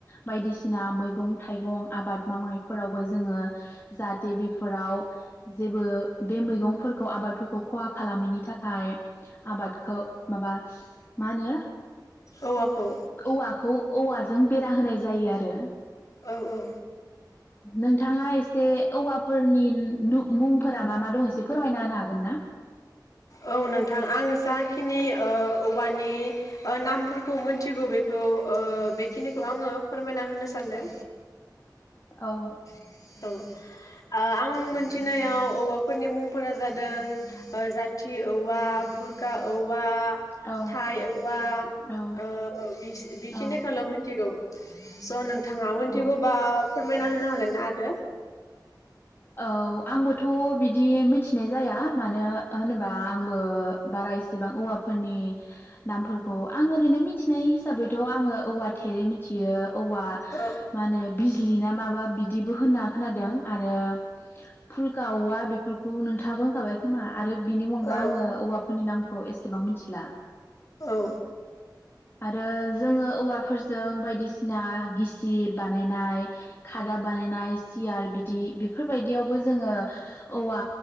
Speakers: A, on the left; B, on the left.
A: बायदिसिना मैगं थाइगं मैगं आबाद मावनायफोरावबो जोङो जाहाथे बेफोराव जेबो बे मैगंफोरखौ आबादफोरखौ खहा खालामैनि थाखाय आबादखौ माबा मा होनो
B: औवाखौ
A: औवाखौ औवाजों बेरा होनाय जायो आरो
B: औ औ
A: नोंथाङा जे औवा फोरनि मुंफोरा मा मा दं एसे फोर फोरमायना होनो हागोन ना
B: औ नोंथां आं जाखिनि ओ औवानि ओ नामफोरखौ मोनथिगौ बेखौ ओ बेखिनिखौ आङो फोरमायना होनो सानदों
A: औ
B: औ ओ आं आं मोनथिनायाव औवाफोरनि मुंफोरा जादों ओ जाथि औवा खुरखा औवा
A: औ
B: थाइ औवा
A: औ
B: ओ बे बेखिनिखौल'
A: औ
B: मिथिगौ <unintelligible> थाङा मिनथिगौबा
A: औ
B: फोरमायना होनो हागोन ना? <unintelligible>
A: औ आंबो थ' बिदि मिथिनाय जाया मानो होनोबा आंबो बारा एसेबां औवाफोरनि नामफोरखौ आं ओरैनो मिथि नाय हिसाबैथ' आङो औवा थेरै मिथियो औवा
B: औ
A: मा होनो बि लि ना माबा बिदिबो होनना खोनादों आरो फुल गावा बेफोरखौ नोंथाङाबो खाबाय खोमा आरो बिनि मुगा
B: औ
A: आङो औवाफोरनि नाम खौ एसेबां मिथिला।
B: औ
A: आरो जोङो औवाफोरजों बायदिसिना गिसिब बानायनाय खादा बानायनाय सियार बि दि बेफोरबायदियावबो जोङो औवा